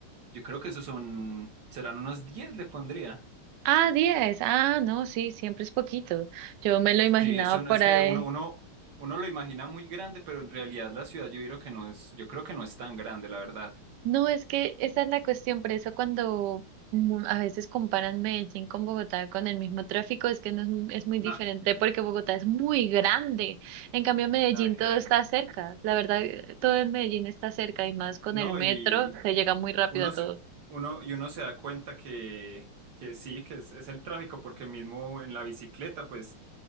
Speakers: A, on the right (about 55°); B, on the right (about 75°).
A: yo creo que esos son, serán unos 10 le pondría.
B: Ah, 10. Ah, no, sí, siempre es poquito. Yo me lo imaginaba
A: Sí, eso
B: por
A: no- es que
B: ahí.
A: uno, uno, uno lo imagina muy grande, pero en realidad la ciudad yo creo que no es, yo creo que no es tan grande, la verdad.
B: No, es que esa es la cuestión, por eso cuando mm, a veces comparan Medellín con Bogotá con el mismo tráfico, es que no es, mu- es muy diferente
A: No,
B: porque Bogotá es muy grande. En cambio, en Medellín
A: nada que
B: todo
A: ver.
B: está cerca. La verdad, eh, todo en Medellín está cerca y más con
A: No,
B: el metro
A: y
B: se llega muy rápido
A: Uno
B: a todo.
A: se, uno, y uno se da cuenta que, que sí, que es, es el tráfico, porque mismo en la bicicleta, pues